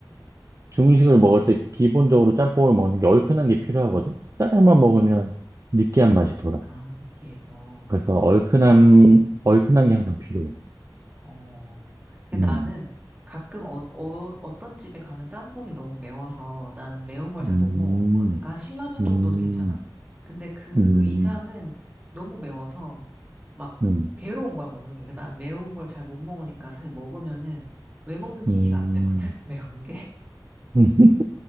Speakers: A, on the right (about 40°); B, on the right (about 15°).
A: 중식을 먹을 때 기본적으로 짬뽕을 먹는 게 얼큰한 게 필요하거든? 짜장만 먹으면 느끼한 맛이 돌아.
B: 아, 느끼해서.
A: 그래서 얼큰함, 얼큰한 게 항상 필요해.
B: 어, 근데
A: 음,
B: 나는 가끔 어, 어, 어떤 집에 가면 짬뽕이 너무 매워서 나는 매운 걸
A: 음,
B: 잘 못 먹었거든. 그러니까 한 신라면
A: 음,
B: 정도는 괜찮아. 근데 그
A: 음,
B: 이상은 너무 매워서 막
A: 음,
B: 괴로운 거야, 먹는 게. 그러니까 나는 매운 걸 잘 못 먹으니까 사실 먹으면은 왜 먹는지
A: 음.
B: 이해가 안 되거든, <laughs> 매운 게.
A: <laughs>